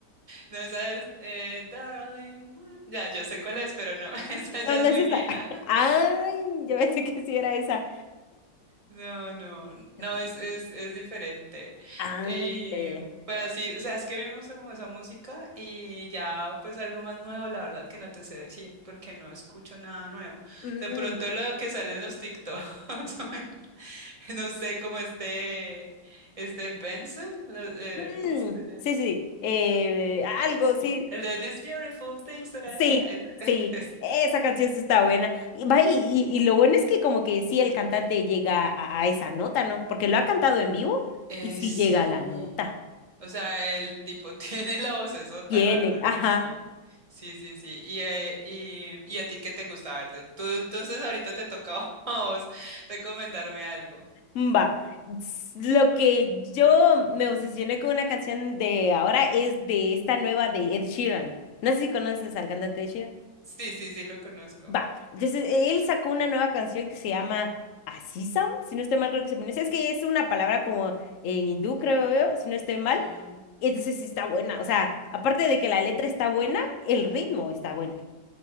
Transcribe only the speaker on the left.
No,
no
es esa.
<laughs> Ay, yo pensé que sí era esa.
<laughs>
Ah,
ya, ya, ya.
Mm,
mm,
sí, sí, sí. Eh, algo,
sí,
sí,
sí.
Esa canción sí está buena. Y, va, y, y- y lo bueno es que como que sí el cantante llega a, a esa nota, ¿no? Porque lo ha cantado en vivo
y sí
llega a la nota.
Tiene,
ajá,
va. S- Lo que yo me obsesioné con una canción de ahora es de esta nueva de Ed Sheeran. No sé si conoces al cantante Ed Sheeran.
Va. Entonces, e, él sacó una nueva canción que se llama Asisam, si no estoy mal, creo que se pronuncia. Es que es una palabra como en hindú, creo yo, si no estoy mal.
Entonces, sí está buena. O sea, aparte de que la letra está buena, el ritmo está bueno.